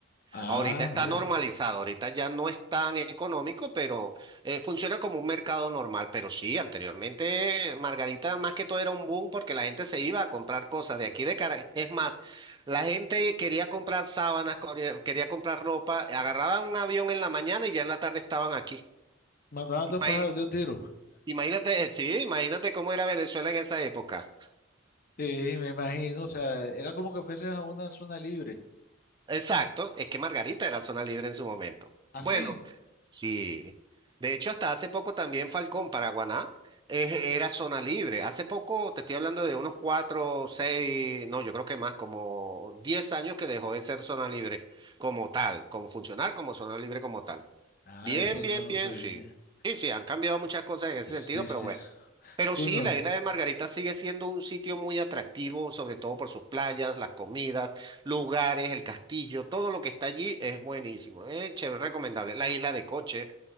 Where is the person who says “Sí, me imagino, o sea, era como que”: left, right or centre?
Left